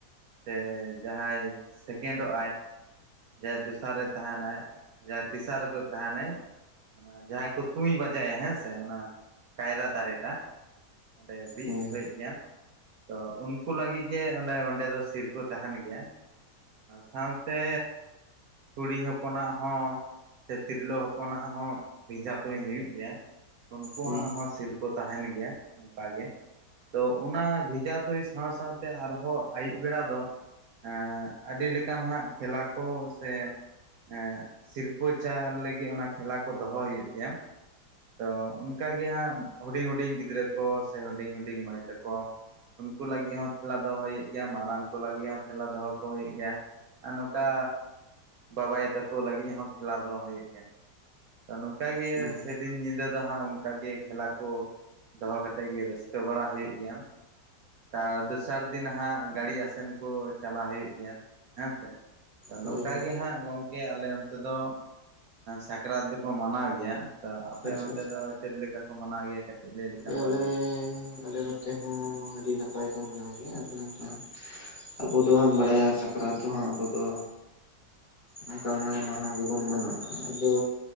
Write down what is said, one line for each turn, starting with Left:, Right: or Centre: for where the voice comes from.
Right: ᱥᱮ ᱡᱟᱦᱟᱸᱭ ᱥᱮᱠᱮᱱᱰᱚᱜᱼᱟᱭ᱾ ᱡᱟᱦᱟᱸᱭ ᱫᱚᱥᱟᱨ ᱨᱮᱭ ᱛᱟᱦᱮᱱᱟᱭ ᱡᱟᱦᱟᱸᱭ ᱛᱮᱥᱟᱨ ᱨᱮᱠᱚ ᱛᱟᱦᱮᱱᱟᱭ᱾ ᱡᱟᱦᱟᱸᱭ ᱠᱚ ᱛᱩᱧ ᱵᱟᱡᱟᱭᱟ ᱦᱮᱸᱥᱮ ᱚᱱᱟ ᱠᱟᱭᱨᱟ ᱫᱟᱨᱮᱴᱟᱜ ᱥᱮ ᱵᱤᱫ
Left: ᱦᱮᱸ
Right: ᱠᱮᱜ ᱜᱮᱭᱟᱢ᱾ ᱛᱚ ᱩᱱᱠᱩ ᱞᱟᱹᱜᱤᱫ ᱜᱮ ᱚᱱᱮ ᱚᱸᱰᱮ ᱫᱚ ᱥᱤᱨᱯᱟᱹ ᱛᱟᱦᱮᱱ ᱜᱮᱭᱟ᱾ ᱥᱟᱶᱛᱮ ᱠᱩᱲᱤ ᱦᱚᱯᱚᱱᱟᱜ ᱦᱚᱸ᱾ ᱥᱮ ᱛᱤᱨᱞᱟᱹ ᱦᱚᱯᱚᱱᱟᱜ ᱦᱚᱸ ᱵᱷᱮᱡᱟ ᱛᱩᱧ ᱦᱩᱭᱩᱜ ᱜᱮᱭᱟ᱾ ᱩᱱᱠᱩᱣᱟᱜ
Left: ᱦᱮᱸ ᱦᱮᱸ
Right: ᱦᱚᱸ ᱥᱤᱨᱯᱟᱹ ᱛᱟᱦᱮᱱ ᱜᱮᱭᱟ ᱚᱱᱠᱟ ᱜᱮ᱾ ᱛᱚ ᱚᱱᱟ ᱵᱷᱮᱡᱟ ᱛᱩᱧ ᱥᱟᱶ ᱥᱟᱶᱛᱮ ᱟᱨᱦᱚᱸ ᱟᱹᱭᱩᱵ ᱵᱮᱲᱟ ᱫᱚ ᱮᱸᱜ ᱟᱹᱰᱤ ᱞᱮᱠᱟᱱ ᱦᱟᱸᱜ ᱠᱷᱮᱞᱟ ᱠᱩ ᱥᱮ ᱮᱸᱜ ᱥᱤᱨᱯᱟᱹ ᱪᱟᱞ ᱞᱟᱹᱜᱤᱜ ᱚᱱᱟ ᱠᱷᱮᱞᱟ ᱠᱚ ᱫᱚᱦᱚ ᱦᱩᱭᱩᱜ ᱜᱮᱭᱟ᱾ ᱛᱚ ᱚᱱᱠᱟ ᱜᱮ ᱦᱟᱸᱜ ᱦᱩᱰᱤᱧ ᱦᱩᱰᱤᱧ ᱜᱤᱫᱽᱨᱟᱹ ᱠᱚ, ᱥᱮ ᱦᱩᱰᱤᱧ ᱦᱩᱰᱤᱧ ᱢᱟᱹᱭ ᱛᱟᱠᱚ ᱩᱱᱠᱩ ᱞᱟᱹᱜᱤᱫ ᱦᱚᱸ ᱠᱷᱮᱞᱟ ᱫᱚᱦᱚ ᱦᱩᱭᱩᱜ ᱜᱮᱭᱟ᱾ ᱢᱟᱨᱟᱝ ᱠᱚ ᱞᱟᱹᱜᱤᱫ ᱦᱚᱸ ᱠᱷᱮᱞᱟ ᱫᱚᱦᱚ ᱠᱚ ᱦᱩᱭᱩᱜ ᱜᱮᱭᱟ᱾ ᱟᱨ ᱱᱚᱝᱠᱟ ᱵᱟᱵᱟᱭᱳ ᱛᱟᱠᱚ ᱞᱟᱹᱜᱤᱫ ᱦᱚᱸ ᱠᱷᱮᱞᱟ ᱫᱚᱦᱚ ᱦᱩᱭᱩᱜ ᱜᱮᱭᱟ᱾ ᱱᱚᱝᱠᱟ ᱜᱮ
Left: ᱦᱮᱸ
Right: ᱥᱮᱫᱤᱱ ᱧᱤᱫᱟᱹ ᱫᱚ ᱦᱟᱸᱜ ᱚᱱᱠᱟᱜᱮ ᱠᱷᱮᱞᱟ ᱠᱚ ᱫᱚᱦᱚ ᱠᱟᱛᱮᱫ ᱜᱮ ᱨᱟᱹᱥᱠᱟᱹ ᱵᱟᱲᱟ ᱦᱩᱭᱩᱜ ᱜᱮᱭᱟ᱾ ᱛᱟᱨ ᱫᱚᱥᱟᱨ ᱫᱤᱱ ᱦᱟᱸᱜ ᱜᱟᱹᱬᱤ ᱟᱥᱮᱱ ᱠᱚ ᱪᱟᱞᱟᱣ ᱦᱩᱭᱩᱜ ᱜᱮᱭᱟ᱾ ᱦᱮᱸ ᱥᱮ
Left: ᱦᱳᱭ
Right: ᱱᱚᱝᱠᱟ
Left: ᱦᱳᱭ
Right: ᱜᱮ ᱦᱟᱸᱜ ᱜᱚᱢᱠᱮ ᱟᱞᱮ ᱚᱱᱛᱮ ᱫᱚ ᱥᱟᱠᱨᱟᱛ ᱫᱚᱠᱚ ᱢᱟᱱᱟᱣ ᱜᱮᱭᱟ ᱛᱚ ᱟᱯᱮ
Left: ᱟᱪᱪᱷᱟ
Right: ᱚᱱᱛᱮ
Left: ᱟᱪᱪᱷᱟ
Right: ᱫᱚ ᱪᱮᱫ ᱞᱮᱠᱟ ᱠᱚ ᱢᱟᱱᱟᱣ ᱜᱮᱭᱟ ᱠᱟᱹᱴᱤᱡ ᱞᱟᱹᱭ ᱞᱮᱠᱷᱟᱱ
Left: ᱟᱞᱮ,
Right: ᱵᱷᱟᱜᱮ
Left: ᱟᱞᱮ ᱱᱚᱛᱮ ᱦᱚᱸ ᱟᱹᱰᱤ ᱱᱟᱯᱟᱭ ᱠᱚ ᱢᱟᱱᱟᱣ ᱜᱮᱭᱟ ᱟᱫᱚ ᱱᱚᱝᱠᱟ ᱟᱵᱚ ᱫᱚᱵᱚᱱ ᱵᱟᱲᱟᱭᱟ ᱥᱟᱠᱨᱟᱛᱷ ᱫᱚ ᱦᱟᱸᱜ ᱟᱵᱚ ᱫᱚ᱾ ᱚᱱᱠᱟ ᱢᱚᱬᱮ ᱢᱟᱦᱟ ᱜᱮᱵᱚᱱ ᱢᱟᱱᱟᱣᱟ᱾ ᱟᱫᱚ